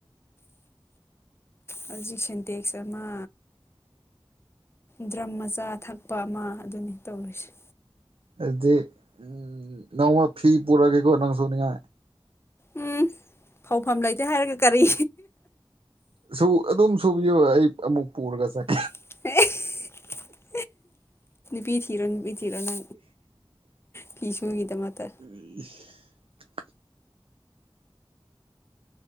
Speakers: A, on the left; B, on the right.
A: ꯍꯧꯖꯤꯛ ꯁꯦꯟꯇꯦꯛꯁ ꯑꯃ ꯗ꯭ꯔꯝ ꯃꯆꯥ ꯊꯛꯄ ꯑꯃ ꯑꯗꯨꯅꯤ ꯇꯧꯔꯤꯁꯦ
B: ꯑꯗꯨꯗꯤ ꯎꯝ ꯅꯣꯡꯃ ꯐꯤ ꯄꯨꯔꯛꯒꯦꯀꯣ ꯅꯪ ꯁꯅꯤꯡꯉ
A: ꯎꯝ ꯐꯥꯎꯐꯝ ꯂꯩꯇꯦ ꯍꯥꯏꯔꯒ ꯀꯔꯤ
B: ꯁꯨ ꯑꯗꯨꯝ ꯁꯨꯕꯤꯌꯨ ꯑꯩ ꯑꯃꯨꯛ ꯄꯨꯔꯒ ꯆꯦ
A: <inaudible> ꯄꯤ ꯊꯤꯔꯣ ꯄ ꯊꯤꯔꯣ ꯅ ꯐꯤꯁꯨꯒꯤꯗꯃꯛꯇ
B: ꯑꯩ <inaudible>